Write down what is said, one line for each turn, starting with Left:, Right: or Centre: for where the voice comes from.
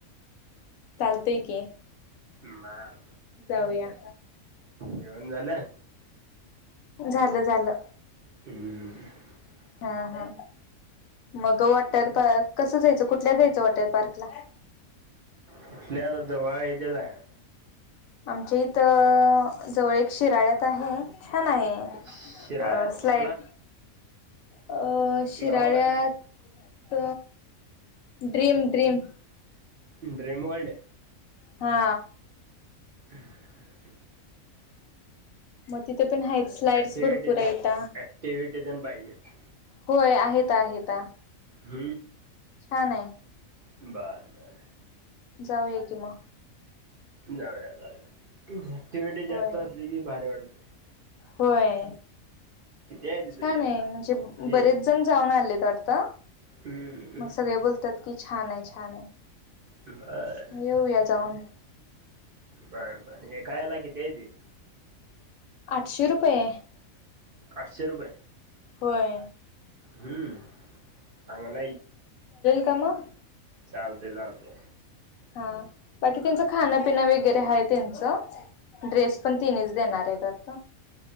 Left: चालतय की
Right: बर
Left: जाऊया
Right: जेवण झालं
Left: झालं झालं
Right: ह्
Left: हा हा मग वॉटर पार्क कसं जायचं कुठल्या जायचं वॉटर पार्क ला
Right: कुठल्या आता जवळ येथेच आहे
Left: आमच्या इथ जवळ शिराळ्यात आहे छान आहे
Right: शिराळा आहे तो
Left: स्लाड
Right: कुठला
Left: अ शिराळ्यात
Right: नाव काय
Left: ड्रीम ड्रीम
Right: ड्र्रीम वल्ड
Left: हा
Right: हम्
Left: म ते पण हाट स्लाईड्स
Right: ऍक्टिव्हिटी
Left: भरपूर
Right: ते
Left: येत
Right: ऍक्टिव्हिटी तेन पाहिजेत
Left: होय आहेत आहेत
Right: ह
Left: हा नाही
Right: बर बर
Left: जाऊया कि मग
Right: जाऊया जाऊ ऍक्टिव्हटी जास्त
Left: होय
Right: असली कि भारी वाडते.
Left: होय.
Right: आहे तिथं
Left: छान
Right: या
Left: आहे म्हणजे
Right: फी
Left: बरेच जण जाऊन आले तर आता
Right: हम्म,
Left: मग सगळे बोलतात कि छान आहे छान आहे.
Right: बर
Left: येऊया जाऊन
Right: ब हे खयलाकी ते येत.
Left: आठशे रुपये.
Right: आठशे रुपये
Left: होय.
Right: हम्म आ्हाला
Left: कामा
Right: चालते चालते.
Left: हा बाकी त्यांचं खाणपिन वगैरे आहे त्यांचं ड्रेस पण तिनच देणार आहे तर